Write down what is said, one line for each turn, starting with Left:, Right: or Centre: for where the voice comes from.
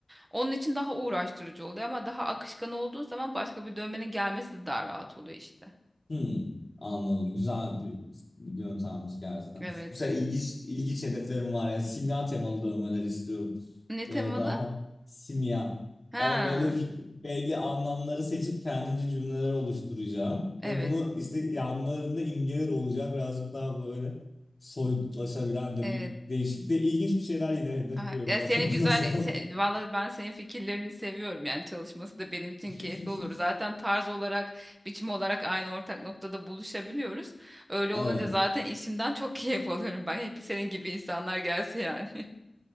Right: Onun için daha uğraştırıcı oluyor ama daha akışkan olduğu zaman başka bir dövmenin gelmesi de daha rahat oluyor işte.
Left: Hmm, anladım. Güzel bir yöntemmiş gerçekten.
Right: Evet.
Left: Bu sefer ilginç, ilginç hedeflerim var ya. Simya temalı dövmeler istiyorum.
Right: Ne temalı?
Left: Böyle daha simya.
Right: Ha,
Left: Ama böyle r- belli anlamları seçip kendimce cümleler oluşturacağım.
Right: evet.
Left: Ve bunu işte yanlarında imgeler olacağı birazcık daha böyle soyutlaşabilen de
Right: Evet.
Left: bir değişik de ilginç bir şeyler yine hedefliyorum.
Right: Aha, Ya
Left: <laughs> Bakalım
Right: senin güzel,
Left: nasıl olur.
Right: se, valla ben senin fikirlerini seviyorum yani çalışması da benim için
Left: <laughs>
Right: keyifli olur. Zaten tarz olarak, biçim olarak aynı ortak noktada buluşabiliyoruz. Öyle
Left: Evet.
Right: olunca zaten işimden çok <laughs> keyif alıyorum ben. Hep senin gibi insanlar gelse yani. <laughs>